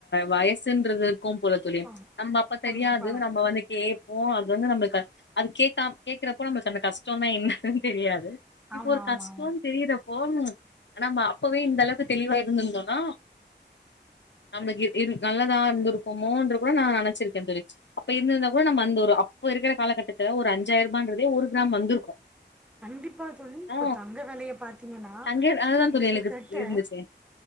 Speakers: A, on the left; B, in the centre.
A: வயசுன்ற இருக்கு போல தோழி
B: ஆமா
A: நம்ம அப்ப
B: கண்டிப்பா
A: தெரியாது நம்ம வந்து கேட்போ அது வந்து நம்மளுக்கு அது கேக்க கேக்குறப்போ நம்மளுக் அந்த கஷ்டோனா என்னன்னு தெரியாது இப்ப
B: ஆமா
A: ஒரு
B: ஆமா
A: கஷ்டோன்
B: ஆமா
A: தெரியிற அ ப்போ ஆனா அப்பவே இந்த அளவுக்கு தெளிவா இருந்திருந்தோனா நம்மளுக்கு நல்லதா இருந்திருக்கோமோன்ற கூட நா நனச்சிருக்க தோழி அப்ப இருந்திருந்தா கூட நம்ம அந்த ஒரு அப்ப இருக்கிற காலகட்டத்துல ஒரு அஞ்சாயிர ரூபான்றதே ஒரு கிராம் வந்திருக்கு
B: கண்டிப்பா தோழி இப்போ
A: ஆ
B: தங்க வெலைய பாத்தீங்கனா
A: தங்க அதுதா
B: கிட்டத்தட்ட
A: தோழி எனக்கு இருந்துச்சு